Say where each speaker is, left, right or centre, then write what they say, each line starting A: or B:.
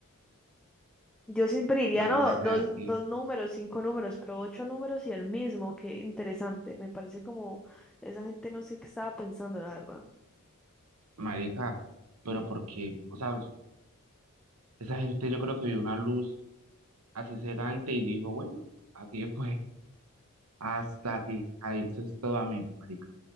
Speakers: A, in the centre; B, on the right.
A: Yo siempre diría,
B: Marica
A: no,
B: real,
A: dos,
B: ¿qué?
A: dos números, cinco números, pero ocho números y el mismo. Qué interesante. Me parece como esa gente no sé qué estaba pensando, la verdad.
B: Marica, pero ¿por qué? O sea, esa gente yo creo que vio una luz así cegante y dijo, bueno, aquí fue, hasta aquí, ahí, eso es todo, amigo, marica.